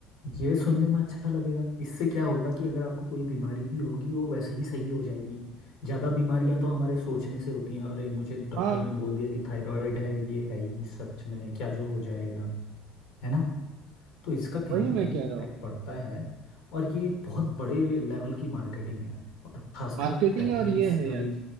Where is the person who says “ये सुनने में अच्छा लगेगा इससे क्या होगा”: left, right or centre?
Left